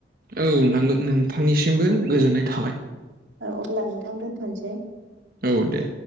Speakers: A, on the right; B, on the right.
A: औ नोंथां नोंथांनिसिमबो गोजोननाय थाबाय।
B: अब्ला नोंथां दोनथ'सै।
A: औ दे।